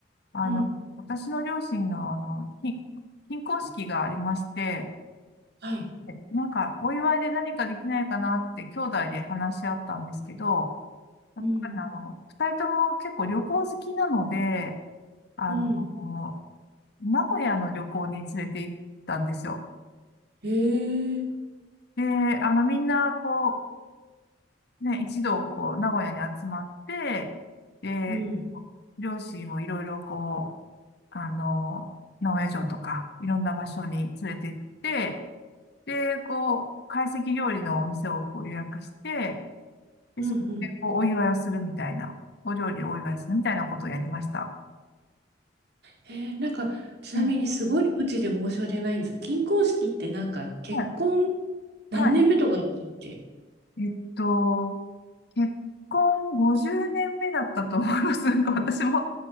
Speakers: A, on the left; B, on the right.
A: あの、
B: うん。
A: 私の両親の、あの、き金婚式がありまして、
B: はい。
A: えなんか、お祝いで何かできないかなって、兄弟で話し合ったんですけど、やっぱりあの、
B: うん。
A: 二人とも結構旅行好きなので、あの、
B: うん。
A: 名古屋の旅行に連れて行ったんですよ。
B: へえ。
A: うんで、あの、みんな、こう、ね、一度、こう、名古屋に集まって、で、
B: うん。
A: 両親をいろいろ、こう、あの、名古屋城とか、いろんな場所に連れて行って、で、こう、懐石料理のお店をこう予約して、で、
B: うんうん。
A: そこで、こう、お祝いをするみたいな、お料理をお祝いするみたいなことをやりました。
B: えー、なんか、ちなみにすごい無知で申し訳ないんです。
A: うん。は
B: 金婚式ってなんか結婚
A: い。
B: 何年目とかだっけ
A: はい。えっと、結婚50年目だったと思います。なんか私も、